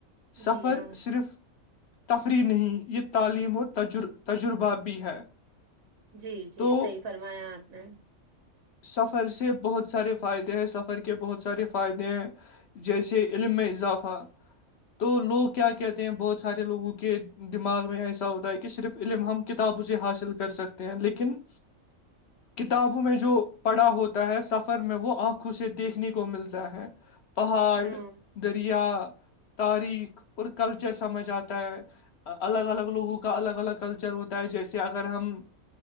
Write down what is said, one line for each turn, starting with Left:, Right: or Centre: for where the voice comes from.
Left: سفر
Right: جی ہاں
Left: صرف تفریح نہیں یہ تعلیم اور تج تجربہ بھی ہے
Right: جی جی
Left: تو
Right: صحیح فرمایا آپ نے
Left: سفر سے بہت سارے فائدے ہیں سفر کے بہت سارے فائدے ہیں جیسے علم میں اضافہ تو لوگ کیا کہتے ہیں بہت سارے لوگوں کے دماغ میں ایسا ہوتا ہے کہ صرف علم ہم کتابوں سے حاصل کر سکتے ہیں لیکن کتابوں میں جو پڑا ہوتا ہے سفر میں وہ آنکھوں سے دیکھنے کو ملتا ہے پہاڑ
Right: ہوں
Left: دریا تاریخ اور کلچر سمجھ آتا ہے الگ الگ لوگوں کو الگ الگ کلچر ہوتا ہے جیسے اگر ہم